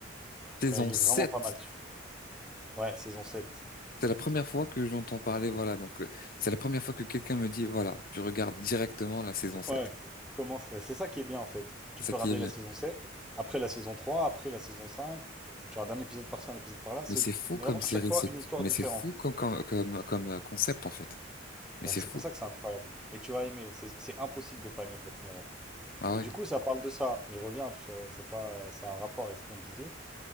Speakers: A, on the left; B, in the centre.
A: Saison
B: Euh, il
A: sept.
B: est vraiment pas mal celui-là. Ouais, saison 7.
A: C'est la première fois que j'entends parler, voilà. Donc, euh, c'est la première fois que quelqu'un me dit, voilà, tu regardes directement la saison 7.
B: Ouais, commence... ouais, c'est ça qui est bien en fait. Tu
A: C'est
B: peux
A: ça qui
B: regarder
A: est bien.
B: la saison 7, après la saison 3, après la saison 5. Tu regardes un épisode par-ci, un épisode par-là. C'est
A: Mais c'est fou
B: vraiment
A: comme série,
B: à chaque fois
A: c'est...
B: une histoire
A: Mais
B: différente.
A: c'est fou comme, comme, comme, comme, euh, concept, en fait. Mais
B: Bah,
A: c'est
B: c'est
A: fou.
B: pour ça que c'est incroyable. Mais tu vas aimer. C'est c'est impossible de pas aimer Black Mirror.
A: Ah
B: Et
A: ouais,
B: du coup, ça parle de ça. Je reviens, tu vois, c'est pas, ça a un rapport avec ce qu'on disait.